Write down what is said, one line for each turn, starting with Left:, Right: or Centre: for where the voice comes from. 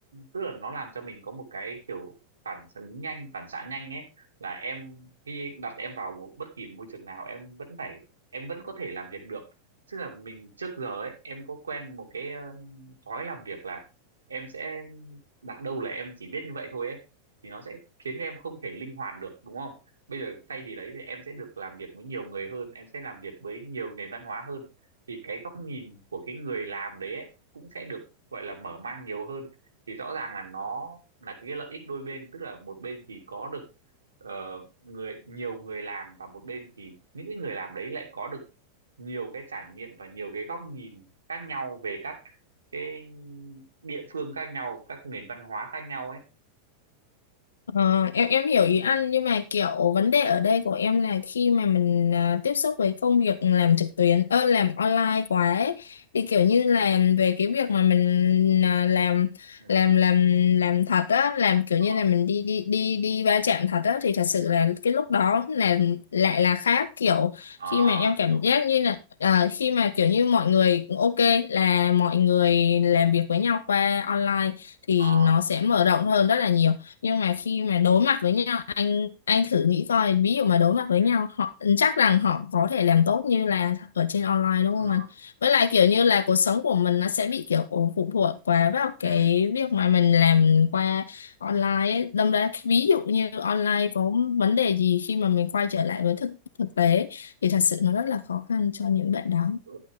Right: tức là nó làm cho mình có một cái kiểu phản ứng nhanh phản xạ nhanh ấy là em khi đặt em vào một bất kỳ môi trường nào em vẫn phải em vẫn có thể làm việc được tức là mình trước giờ ấy em có quen một cái ờ, thói làm việc là em sẽ đặt đâu là em chỉ biết như vậy thôi ấy thì nó sẽ khiến em không thể linh hoạt được đúng không bây giờ thay vì đấy thì em sẽ được làm việc với nhiều người hơn em sẽ làm việc với nhiều nền văn hóa hơn thì cái góc nhìn của cái người làm đấy ấy, cũng sẽ được gọi là mở mang nhiều hơn thì rõ ràng là nó là cái lợi ích đôi bên tức là một bên thì có được ờ, người nhiều người làm và một bên thì những cái người làm đấy lại có được nhiều cái trải nghiệm và nhiều cái góc nhìn khác nhau về các cái địa phương khác nhau các nền văn hóa khác nhau ấy
Left: Ờ, em em hiểu ý anh nhưng mà kiểu vấn đề ở đây của em là khi mà mình à, tiếp xúc với công việc làm trực tuyến ơ làm online quá ấy, thì kiểu như là về cái việc mà mình à, làm
Right: ừ.
Left: làm làm làm thật á làm kiểu
Right: Ờ.
Left: như là mình đi đi đi đi va chạm thật á thì thật sự
Right: Ừ.
Left: là cái lúc đó là lại là khác kiểu
Right: Ờ,
Left: khi mà em
Right: anh
Left: cảm
Right: hiểu
Left: giác như là à, khi mà kiểu như mọi người ok là mọi người làm việc với nhau qua online thì
Right: Ờ.
Left: nó sẽ mở rộng hơn rất là nhiều nhưng
Right: ừ ừ
Left: mà khi mà đối mặt với nhau anh anh thử nghĩ coi ví dụ mà đối mặt với
Right: ừ
Left: nhau họ chắc rằng họ có thể làm tốt như là ở trên online đúng
Right: ờ,
Left: không anh với lại kiểu như là cuộc sống của mình nó sẽ bị kiểu phụ thuộc quá vào cái
Right: ừ
Left: việc mà mình làm qua online ấy. đâm ra ví dụ như online có vấn đề gì khi mà mình quay trở lại với thực thực tế thì thật sự nó rất là khó khăn cho những bạn đó
Right: ừ